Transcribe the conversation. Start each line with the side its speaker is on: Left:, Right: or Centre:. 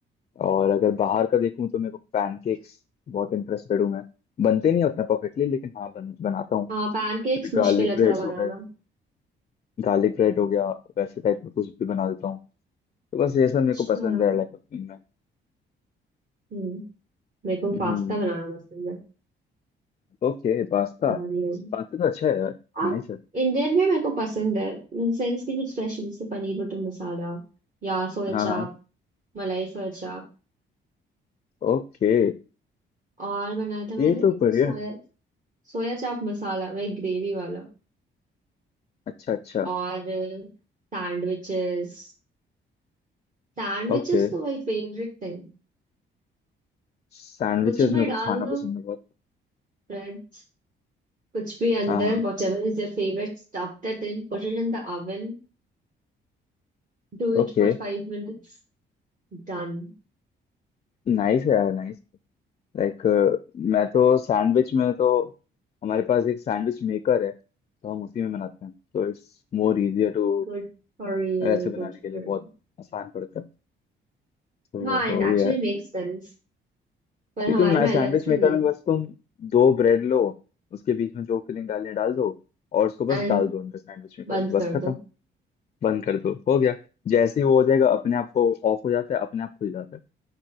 Left: और अगर बाहर का देखूँ तो मेरे को पैनकेक्स बहुत इंटरेस्टेड हूँ मैं बनते नहीं हैं उतना परफेक्टली लेकिन हाँ बन, बनाता हूँ
Right: हाँ पैनकेक्स मुश्किल
Left: गार्लिक
Right: है
Left: ब्रेड्स
Right: थोड़ा बनाना
Left: हो गए गार्लिक ब्रेड हो गया वैसे टाइप का कुछ भी बना देता हूँ तो बस ये सब मेरे
Right: अच्छा
Left: को पसंद है लाइक कुकिंग में
Right: हम्म मेरे को
Left: हम्म
Right: पास्ता बनाना पसंद है
Left: ओके पास्ता
Right: चाउमीन।
Left: पास्ता तो अच्छा है यार
Right: हाँ
Left: नाइस है
Right: इंडियन में मेरे को पसंद है इन सेंस की कुछ स्पेशल जैसे पनीर बटर मसाला या सोया
Left: हाँ
Right: चाप
Left: हाँ
Right: मलाई सोया चाप
Left: ओके
Right: और बनाया था मैंने
Left: ये तो बढ़िया
Right: सोया
Left: है भाई
Right: सोया चाप मसाला वही ग्रेवी वाला
Left: अच्छा अच्छा
Right: और सैंडविचेस सैंडविचेस
Left: ओके
Right: तो माय फेवरेट थिंग
Left: सैंडविचेस
Right: कुछ
Left: मेरे
Right: भी
Left: को
Right: डाल
Left: खाना
Right: दो
Left: पसंद है बहुत
Right: ब्रेड कुछ भी अंदर
Left: हाँ हाँ
Right: whatever is your favourite stuff that in put it in the oven do it
Left: ओके
Right: for फाइव minutes done
Left: नाइस है यार नाइस लाइक मैं तो सैंडविच में तो हमारे पास एक सैंडविच मेकर है तो हम उसी में बनाते हैं तो इट्स मोर इजियर टू
Right: Good for you
Left: ऐसे बनाने
Right: good
Left: के लिए
Right: for
Left: बहुत
Right: you
Left: आसान पड़ता है तो
Right: हाँ इट
Left: वही
Right: एक्चुअली
Left: है
Right: मेक्स सेंस पर
Left: क्योंकि
Right: हमारे
Left: मैं
Right: में
Left: सैंडविच
Right: अलग से
Left: मेकर
Right: नहीं
Left: में
Right: है
Left: बस तुम दो ब्रेड लो उसके बीच में जो फिलिंग डालनी है डाल दो और उसको बस
Right: एंड
Left: डाल दो अंदर सैंडविच मेकर
Right: बंद
Left: में बस
Right: कर
Left: खत्म
Right: दो
Left: बंद कर दो हो गया जैसे ही वो हो जाएगा अपने आप को ऑफ हो जाता है अपने आप खुल जाता है